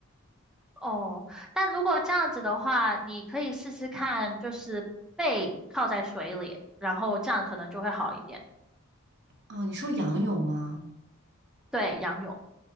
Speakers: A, in the centre; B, on the right.
A: 哦，但如果这样子的话，你可以试试看，就是背靠在水里，然后这样可能就会好一点。
B: 啊，你说仰泳吗？
A: 对，仰泳。